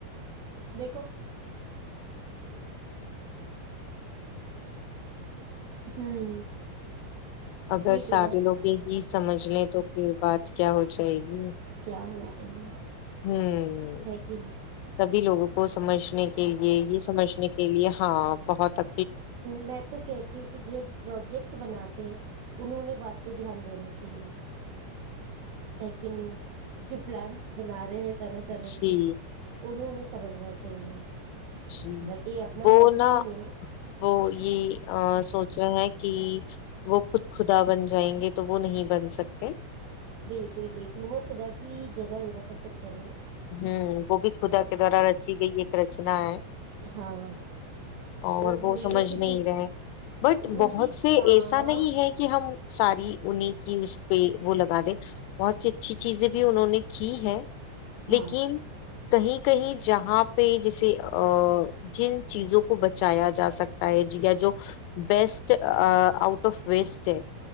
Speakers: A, on the right (about 70°); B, on the left (about 85°).
A: دیکھو ہوں
B: اگر
A: ہوئی تو
B: سارے
A: نا
B: لوگ یہ ہی سمجھ لیں تو پھر بات کیا ہو جائے گی
A: <unintelligible>
B: ہوں
A: ہے کہ نہیں
B: سب بھی لاگو کو سمجھ نے کے لیے یہ سمجھنے کے لیے ہاں بہت ا
A: میں تو کہتی ہوں کہ جو پروجیکٹ بناتے ہیں انہوں نے بات پہ دھیان دینی چاہیے ہے کی نہیں جو پلانٹس بنا رہے ہیں طرح طرح
B: جی
A: کے انہوں نے سمجھنا چاہیے
B: جی
A: حالانکہ یہ اپنا
B: وہ
A: موضوع
B: نا
A: نہیں ہے
B: وہ یہ سوچ رہے ہیں کہ وہ خود خدا بن جائیں گے تو وہ نہیں بن سکتے
A: بالکل بالکل وہ خدا کی جگہ لینا پسند کر رہے ہیں
B: ہوں وہ بھی خدا کے دوارا رچی گئی ایک رچنا ہے
A: ہاں
B: اور وہ
A: بھول
B: سمجھ
A: گئے کہ
B: نہیں
A: جس
B: رہے بٹ
A: ان
B: بہت
A: کی سانس
B: سے ایسا نہیں ہے کہ ہم ساری انہیں کی اس پہ وہ لگا دے بہت سی اچھی چیزیں بھی انہوں نے کی ہے
A: ہاں
B: لیکن کہیں کہیں جہاں پہ جیسے جن چیزوں کو بچایا جا سکتا ہے یا جو بیسٹ آؤٹ آف ویسٹ ہے